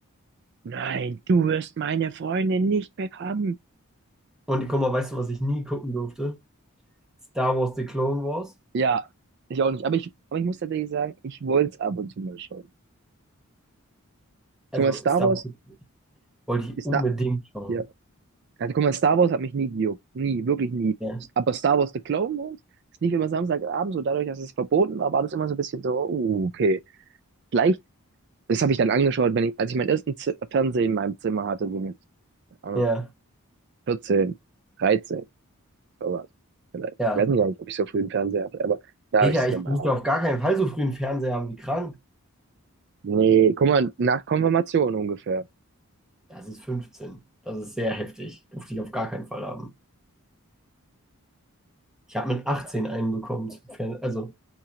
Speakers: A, on the right (about 50°); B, in the centre.
A: Nein, du wirst meine Freundin nicht bekommen.
B: Und guck mal, weißt du, was ich nie gucken durfte? Star Wars The Clone Wars.
A: Ja, ich auch nicht. Aber ich, aber ich muss tatsächlich sagen, ich wollte es ab und zu mal schauen.
B: Also
A: Guck mal, Star
B: Star
A: Wars
B: Wars wollte ich
A: ist
B: unbedingt
A: da.
B: schauen.
A: Ja. Also, guck mal, Star Wars hat mich nie gejuckt. Nie, wirklich nie.
B: Ja,
A: Aber Star Wars The Clone Wars ist nicht immer Samstagabend, so dadurch, dass es verboten war, war das immer so ein bisschen so, uh, okay. Gleich Das habe ich dann angeschaut, wenn ich, als ich meinen ersten Z Fernseher in meinem Zimmer hatte, so mit keine Ahnung,
B: ja,
A: 14, 13, sowas. Vielleicht.
B: ja.
A: Ich weiß nicht, halt, ob ich so früh einen Fernseher hatte, aber da
B: Digga,
A: habe ich es
B: ich
A: dann
B: durfte
A: mal abgesehen.
B: auf gar keinen Fall so früh einen Fernseher haben wie krank.
A: Nee, guck mal, nach Konfirmation ungefähr.
B: Das ist fünfzehn. Das ist sehr heftig. Durfte ich auf gar keinen Fall haben. Ich habe mit 18 einen bekommen zum Fernseher. Also,